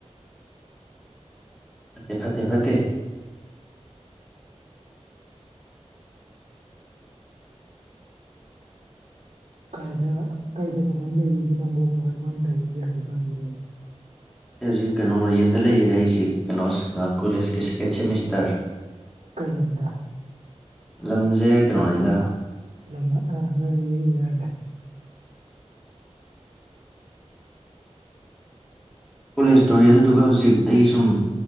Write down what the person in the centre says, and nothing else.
ꯐꯠꯇꯦ ꯐꯠꯇꯦ ꯐꯠꯇꯦ
ꯑꯩ ꯍꯧꯖꯤꯛ ꯀꯩꯅꯣꯔꯤꯌꯟꯗ ꯂꯩꯌꯦ ꯑꯩꯁꯤ ꯀꯩꯅꯣ ꯀꯣꯂꯦꯖꯀꯤ ꯁꯦꯀꯦꯟ ꯁꯦꯃꯤꯁꯇꯔ
ꯂꯝꯁꯦ ꯀꯩꯅꯣꯅꯤꯗ
ꯀꯣꯂꯦꯖ ꯇꯧꯔꯤ ꯑꯗꯨꯗꯨꯒ ꯍꯧꯖꯤꯛ ꯑꯩ ꯁꯨꯝ